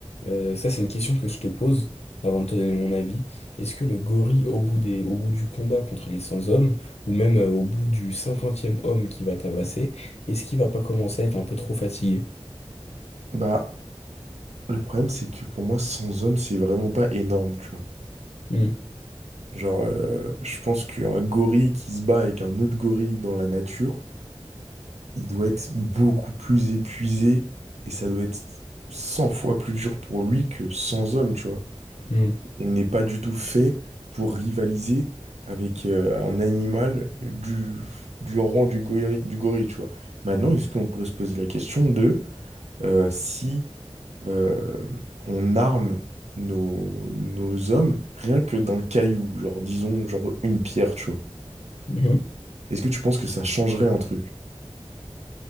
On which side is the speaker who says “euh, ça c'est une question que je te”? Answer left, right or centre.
Left